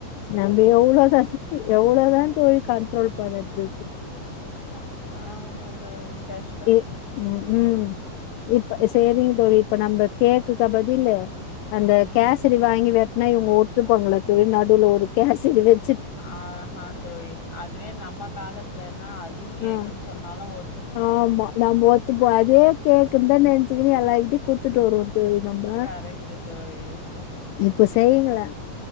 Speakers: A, on the left; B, on the left.
A: நம்ப
B: கரெக்ட்டு
A: எவ்ளோ
B: தோழி
A: ச ச எவ்ளோதா தோழி கண்ட்ரோல் பண்ணர்து
B: அ ஆமா தோழி கஸ்
A: ஏ ம் ம் இப்ப சேரிங்க தோ இப்ப நம்ப கேக்குகா பதிலு அந்த
B: ம்
A: கேசரி வாங்கி வெட் னா இவுங்க ஒத்துப்பாங்களா தோழி நடுல ஒரு கேசரி வச்
B: ஆஹ தோழி அதுவே நம்ம காலத்துலன்னா அதுவு கேக்குன்னு
A: ஆ
B: சொன்னாலு ஒத்
A: ஆமா நம்ப ஒத்துப்போ அதே கேக்குன்னு தா நெனசிக்குனு எல்லார்கிட்டயு குடுத்துட்டு வருவோ தோழி நம்ப
B: கரெக்ட்டு தோழி
A: இப்ப செய்யுங்களே